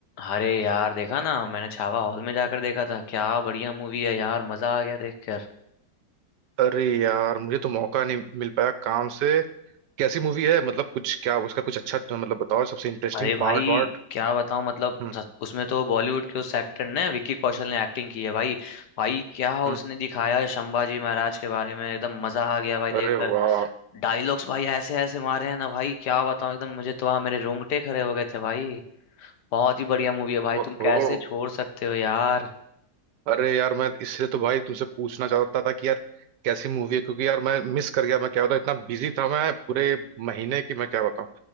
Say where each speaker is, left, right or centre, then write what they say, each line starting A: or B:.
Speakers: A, on the left (about 75°); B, on the right (about 80°).
A: अरे यार देखा ना मैंने छावा हॉल में जाकर देखा था क्या बढ़िया मूवी है यार मजा आ गया देखकर
B: अरे यार मुझे तो मौका नहीं मिल पाया काम से कैसी मूवी है मतलब कुछ क्या उसका कुछ अच्छा तो मतलब बताओ सबसे इंटरेस्टिंग
A: अरे भाई
B: पार्ट वार्ट
A: क्या बताऊं मतलब
B: हम्म
A: सच- उसमें तो बॉलीवुड के उस एक्टर ने विक्की कौशल ने एक्टिंग की है भाई भाई क्या उसने
B: हम्म
A: दिखाया है संभाजी महाराज के बारे में एकदम मजा आ गया भाई देखकर
B: अरे वाह
A: डायलॉग्स भाई ऐसे ऐसे मारे हैं ना भाई क्या बताऊं एकदम मुझे तो वहां मेरे रोंगटे खड़े हो गए थे भाई बहुत ही बढ़िया मूवी है भाई
B: ओहो
A: तुम कैसे छोड़ सकते हो यार
B: अरे यार मैं इसलिए तो भाई तुमसे पूछना चाहता था कि यार कैसी मूवी है क्योंकि यार मैं मिस कर गया मैं क्या बताऊं इतना बिजी था मैं पूरे महीने की मैं क्या बताऊं